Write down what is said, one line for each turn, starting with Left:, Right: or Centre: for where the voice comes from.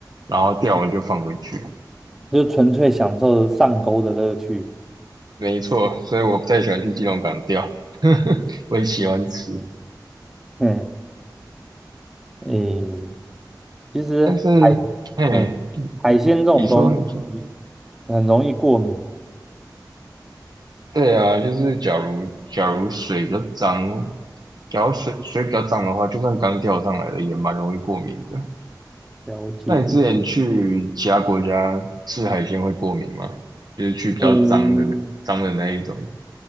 Right: 然后钓完就放回去。
Centre: 就纯粹享受上钩的乐趣。
Right: 没错，所以我不太喜欢去基隆港钓，<laughs> 我也喜欢吃，
Centre: 嗯，诶，其实海，
Right: 但是，哎，
Centre: 哎，海鲜这种东西
Right: 你说你说，
Centre: 很容易过敏。
Right: 对啊，就是假如假如水比较脏，假如水水比较脏的话，就算刚钓上来的也蛮容易过敏的。
Centre: 了解。
Right: 那你之前去其他国家吃海鲜会过敏吗？就是去比较脏的那脏的那一种。
Centre: 嗯，